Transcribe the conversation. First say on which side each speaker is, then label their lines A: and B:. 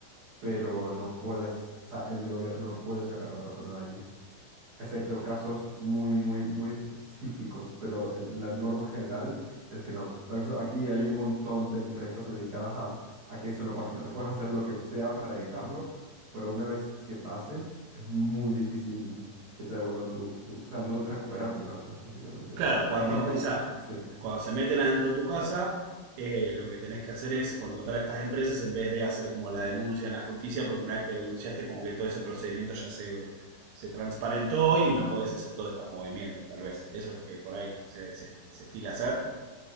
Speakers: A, on the right (about 50°); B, on the right (about 75°).
A: pero no puedes, o sea, el gobierno no puede sacar a la persona de allí, excepto casos muy, muy, muy específicos, pero eh, la norma general es que no. Por eso aquí hay un montón de empresas dedicadas a, a que eso no pase, porque puedes hacer lo que sea para evitarlo, pero una vez que pase, es muy difícil que te devuelvan tu, tu, o sea, no recuperar tu casa, básicamente.
B: Claro, cuando,
A: Hay gente,
B: o sea,
A: que- sí.
B: cuando se meten adentro de tu casa, eh, lo que tenés que hacer es contratar a estas empresas en vez de hacer como la denuncia en la justicia, porque una vez que denunciaste, como que todo ese procedimiento ya se, se transparentó y no podés hacer todos estos movimientos, tal vez. Eso es lo que por ahí se, se- se estila hacer.